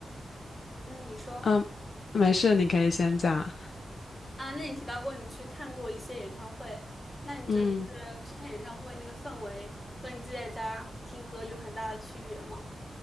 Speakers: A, on the left (about 15°); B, on the left (about 60°).
A: 嗯，你说。
B: 嗯，没事，你可以先讲。
A: 啊，那你提到过你去看过一些演唱会，那你觉得就是去看演唱会那个氛围和你自己在家听歌有很大的区别吗？
B: 嗯